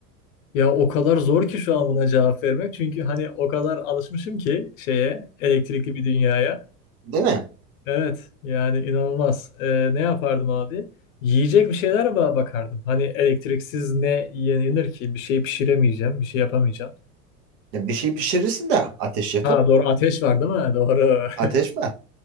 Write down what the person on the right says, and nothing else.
Değil mi?
Ya bir şey pişirirsin de ateş yakıp
ateş var.